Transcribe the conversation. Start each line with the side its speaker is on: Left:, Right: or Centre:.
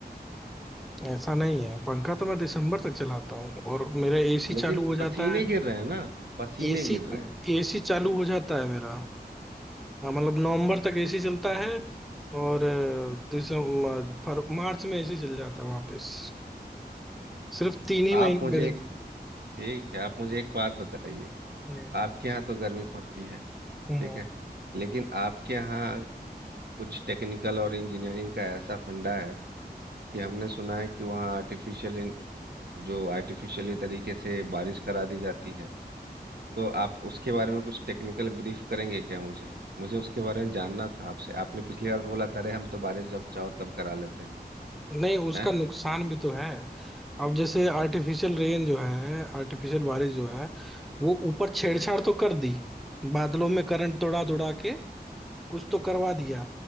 Centre: ऐसा नहीं है पंखा तो मैं दिसंबर तक चलाता हूँ और मेरा एसी
Right: लेकिन
Centre: चालू हो
Right: पसीने
Centre: जाता है
Right: गिर रहे हैं ना पसीने
Centre: एसी
Right: गिर रहे हैं
Centre: एसी चालू हो जाता है मेरा हाँ मतलब नवंबर तक एसी चलता
Right: अच्छा
Centre: है और अ, दिसंबर फर, मार्च में एसी चल जाता है वापस सिर्फ तीन ही
Right: आप
Centre: महीने
Right: मुझे
Centre: मेरे
Right: एक ठीक है आप मुझे एक बात बताइए
Centre: हम्म,
Right: आपके यहाँ तो गर्मी पड़ती है
Centre: हम्म।
Right: ठीक है लेकिन आपके यहाँ कुछ टेक्निकल और इंजीनियरिंग का ऐसा फंडा है कि हमने सुना है कि वहाँ आर्टिफिशियल जो आर्टिफिशियली तरीके से बारिश करा दी जाती है तो आप उसके बारे में कुछ टेक्निकल ब्रीफ करेंगे क्या मुझे मुझे उसके बारे में जानना था आपसे आपने पिछली बार बोला था अरे हम तो बारिश जब चाहो तब करा लेते हैं
Centre: नहीं उसका
Right: हैं
Centre: नुकसान भी तो है अब जैसे आर्टिफिशियल रेन जो है आर्टिफिशियल बारिश जो है वो ऊपर छेड़छाड़ तो कर दी बादलों में करंट दौड़ा दौड़ा के कुछ तो करवा दिया